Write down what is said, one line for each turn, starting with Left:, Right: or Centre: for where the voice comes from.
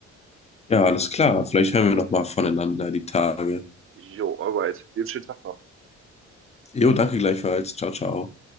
Left: Ja, alles klar. Vielleicht hören wir noch mal voneinander die Tage.
Right: Jo, alright. Dir einen schönen Tag noch.
Left: Jo, danke gleichfalls. Ciao, ciao.